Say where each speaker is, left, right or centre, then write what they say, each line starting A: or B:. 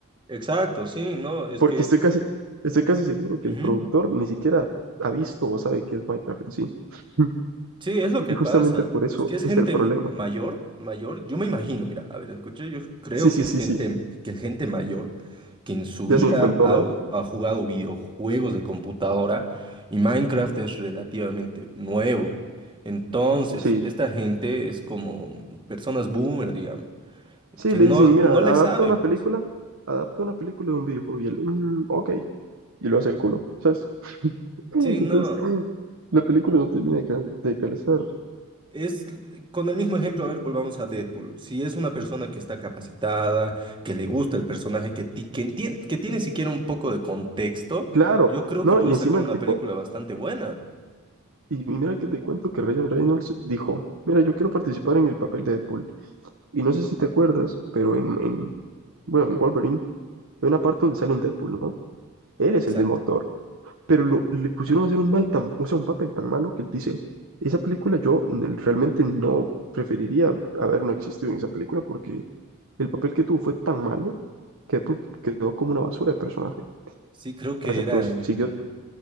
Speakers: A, on the right; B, on the right.
A: Exacto, sí, no, es
B: porque
A: que
B: estoy casi, estoy casi seguro que
A: Ujú.
B: el productor ni siquiera ha visto o sabe qué es Minecraft en sí. <laughs>
A: sí, es lo que
B: Y justamente
A: pasa,
B: por eso
A: es que es
B: es
A: gente
B: el problema.
A: mayor, mayor, yo me imagino, mira, a ver, escuché, yo creo
B: Sí, sí,
A: que es
B: sí,
A: gente,
B: sí,
A: que es gente mayor que en su
B: ya
A: vida
B: se encontró,
A: ha,
B: ¿no?
A: ha jugado videojuegos de computadora y Minecraft es relativamente nuevo. Entonces,
B: Sí,
A: esta gente es como personas boomer, digamos,
B: sí,
A: que
B: le
A: no,
B: dicen,
A: no
B: mira, adapta
A: le saben,
B: una película.
A: pues,
B: Adapta una película de un videojuego y él, "Mm, ok, y lo hacen culo, ¿sabes? <laughs> Entonces,
A: sí, no.
B: la película no termina de, cal- de calzar.
A: Es con el mismo ejemplo, a ver, volvamos a Deadpool. Si es una persona que está capacitada, que le gusta el personaje, que, ti- que, entien- que tiene siquiera un poco de contexto,
B: Claro,
A: yo creo
B: no,
A: que puede
B: y encima
A: sacar una
B: el tipo,
A: película bastante buena.
B: y y mira que te cuento que Ryan Reynolds dijo, mira, yo quiero participar en el papel de Deadpool. Y no sé si te acuerdas, pero en, en- bueno, en Wolverine hay una parte donde sale un Deadpool, ¿no? Él es
A: Exacto.
B: el mismo actor, pero lo, le pusieron a hacer un mal tan, o sea, un papel tan malo que él dice, esa película yo n- realmente no preferiría haber no existido en esa película porque el papel que tuvo fue tan malo quedó, quedó como una basura de personaje.
A: Sí, creo que
B: Hasta
A: era
B: que vos
A: en
B: siguió,